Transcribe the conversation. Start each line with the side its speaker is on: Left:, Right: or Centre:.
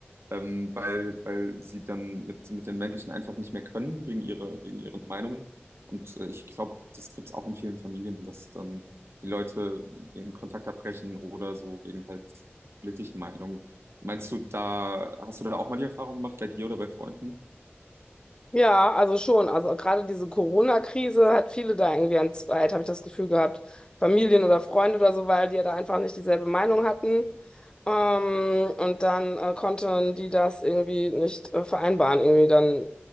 Right: ähm, weil, weil sie dann mit, mit den Menschen einfach nicht mehr können, wegen ihrer, wegen ihren Meinungen. Und äh, ich glaube, das gibt es auch in vielen Familien, dass dann die Leute den Kontakt abbrechen oder so wegen halt politischen Meinungen. Meinst du, da hast du da auch mal die Erfahrung gemacht, bei dir oder bei Freunden?
Left: Ja, also schon. Also gerade diese Corona-Krise hat viele da irgendwie entzweit, habe ich das Gefühl gehabt. Familien oder Freunde oder so, weil die ja da einfach nicht dieselbe Meinung hatten. Ähm, und dann äh, konnten die das irgendwie nicht äh, vereinbaren. Irgendwie dann